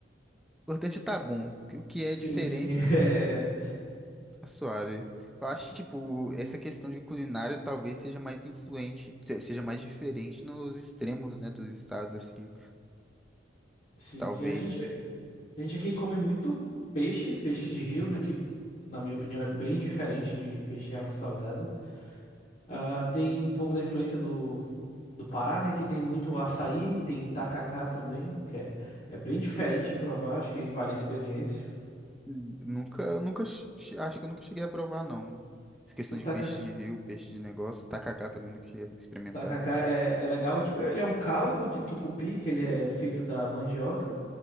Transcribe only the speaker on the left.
Sim,
sim, <laughs> é.
Sim,
sim, a gente. A gente aqui come muito peixe, peixe de rio, né? Que, na minha opinião, é bem diferente de peixe de água salgada. Ah, tem um pouco da influência do, do Pará, né? Que tem muito açaí, tem tacacá também, que é, é bem diferente de provar, acho que vale a experiência.
O taca,
tacacá é, é legal, é tipo, ele é um caldo de tucupi, que ele é feito da mandioca,